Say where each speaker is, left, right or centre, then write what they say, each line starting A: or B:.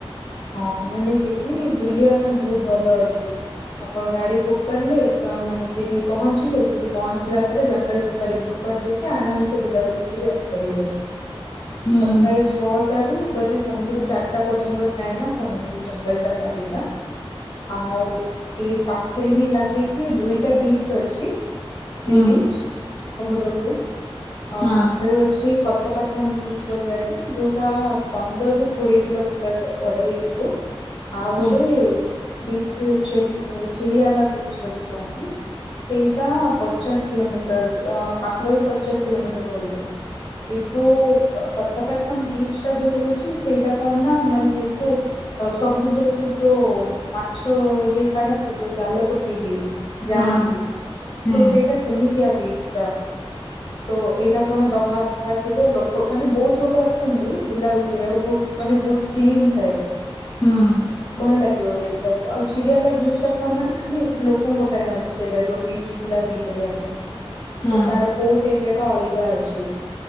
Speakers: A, on the left; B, on the left.
A: ହଁ ମାନେ ସେଇଠି ବୁଲିବା ପାଇଁ ବହୁତ ଭଲ ଅଛି। ଆପଣ ଗାଡି ବୁକ୍ କଲେ ମାନେ ସେଇଠି ପହଞ୍ଚିଲେ ସେଇଠି ପହଞ୍ଚିଲା ପରେ ଜଙ୍ଗଲ ସଫାରୀ ବୁକ୍ ସେଠି ଆରାମ ସେ ବୁଲାବୁଲି କରି ଆସିପାରିବେ।
B: ହଁ
A: ସକାଳୁ ଛଅଟା ରୁ ବୋଧେ ସନ୍ଧ୍ୟା ଚାରିଟା ପର୍ଯ୍ୟନ୍ତ ଥାଏ ନା। କଣ ଜଙ୍ଗଲ ସଫାରୀ ଟା ଆଉ ଏ ପାଖରେ ହିଁ ଲା ଦେଖି ଦୁଇଟା ବିଚ୍ ଅଛି। ସି-ବିଚ
B: ହୁଁ ହୁଁ
A: ସମୁଦ୍ର କୁ
B: ହଁ
A: ପାଖରେ ଅଛି। କତପାଟନମ ବିଚ ପଡିଆ ଯୋଉଁଟା ପନ୍ଦରରୁୁ କୋଡ଼ିଏ କିଲୋ ପଡ଼େ ଏଇଠୁ <unintelligible> ଆଉ
B: ହଁ
A: ଗୋଟେ <unintelligible> ଚିରିଆଲା ବ୍ରୀଚ ବୋଲି କହନ୍ତି। ସେଇଟା ପଚାଶ କିଲୋମିଟର ପାଖପାଖି ପଚାଶ କିଲୋମିଟର ପଡିବ। ବିଗ ଯୋଉଁ ପତପାଟନମ ବିଚ ଟା ଯୋଉଁ ହଉଛି ସେଇଟା କଣ ନା ମାନେ ଯୋଉଁ ଅ ସମୁଦ୍ରରୁ ଯୋଉଁ ମାଛ ଇଏ କାଢନ୍ତି ଯୋଉଁ ଜାଲ ପକେଇକି। ଯାନ୍ତି
B: ହଁ ହୁଁ
A: ତ ସେଇଟା ସେମିତିଆ ବିଚ ଟା। ତ ଏଇଟା କଣ ଡଙ୍ଗା ଫଙ୍ଗା ଥିବ ଲୋକ ମାନେ ବହୁତ ଲୋକ ଆସନ୍ତି ବୁଲାବୁଲି କରିବାକୁ ବହୁତ ମାନେ ବହୁତ କ୍ଲିନ ଥାଏ।
B: ହଁ।
A: ଭଲ ଲାଗିବ ଦେଖିବାକୁ। ଆଉ ଚିରିଆଲା ବିଚ ଟା କଣ ମାନେ ଖାଲି ଲୋକଙ୍କ ପାଇଁ ଅଛି। ସେଇଟା ଯୋଉଁ ବିଚ ବୁଲାବୁଲି କରିବା ପାଇଁ
B: ହଁ
A: ତ ତାର ପୋଟ ଏରିଆ ଟା ଅଲଗା ଅଛି।